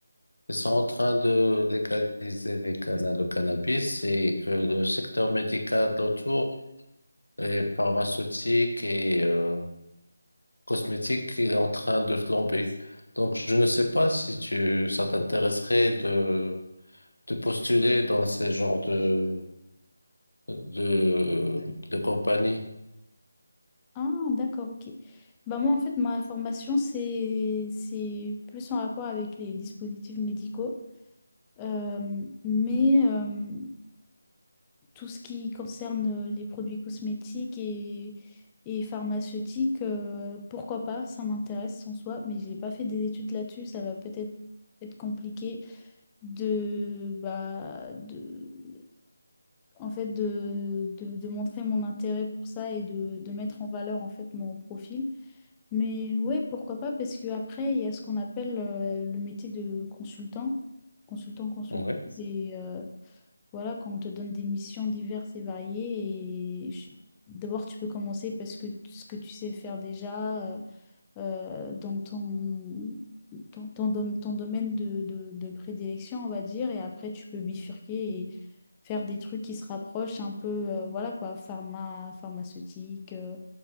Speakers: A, on the left; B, on the left.
A: Ils sont en train de légaliser les canna- le cannabis et que le secteur médical autour, et pharmaceutique et euh, cosmétique, il est en train de flamber. Donc, je ne sais pas si tu, ça t'intéresserait de, de postuler dans ces genres de, de, de compagnie.
B: Ah, d'accord, ok. Bah moi, en fait, ma formation, c'est, c'est plus en rapport avec les dispositifs médicaux. Euh, mais euh, tout ce qui concerne euh, les produits cosmétiques et, et pharmaceutiques, euh, pourquoi pas, ça m'intéresse en soi, mais j'ai pas fait des études là-dessus, ça va peut-être être compliqué de, bah, de, en fait, de, de, de montrer mon intérêt pour ça et de, de mettre en valeur en fait mon profil. Mais ouais, pourquoi pas, parce que après, il y a ce qu'on appelle euh, le métier de consultant, consultant, consultant,
A: Oui,
B: et... euh, voilà, quand on te donne des missions diverses et variées, et je- d'abord tu peux commencer parce que t- ce que tu sais faire déjà euh, euh, dans ton, ton, ton dom- ton domaine de, de- de prédilection, on va dire, et après tu peux bifurquer et faire des trucs qui se rapprochent un peu, euh, voilà quoi, pharma, pharmaceutique, euh,